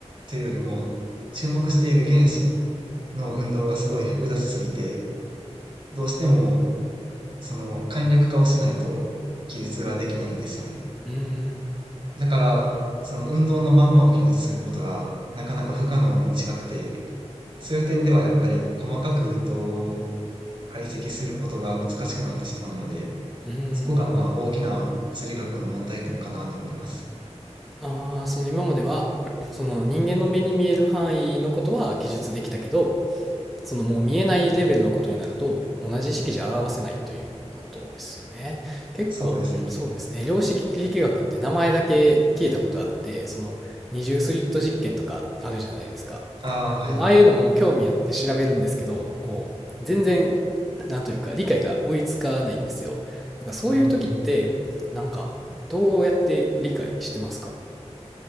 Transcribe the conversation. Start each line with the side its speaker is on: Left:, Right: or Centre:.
Right: というよりも、注目している原子の運動がすごい複雑すぎて、どうしてもその簡略化をしないと記述ができないんですよね。
Centre: うん、
Right: だから、その運動のまんまを記述することがなかなか不可能に近くて、そういう点ではやっぱり細かく運動を解析することが難しくなってしまうので、
Centre: うん。
Right: そこがまあ大きな物理学の問題点かなと思います。
Centre: ああ、その今までは、その人間の目に見える範囲のことは記述できたけど、そのもう見えないレベルのことになると、同じ式じゃ表せないということですよね。結構、
Right: そうですね。
Centre: そうですね。量子力学って名前だけ聞いたことあって、その二重スリット実験とかあるじゃないですか。
Right: ああ、はい。
Centre: ああいうのも興味あって調べるんですけど、こう、全然、なんというか、理解が追いつかないんですよ。だからそういう時って、
Right: うん。
Centre: なんか、どうやって理解してますか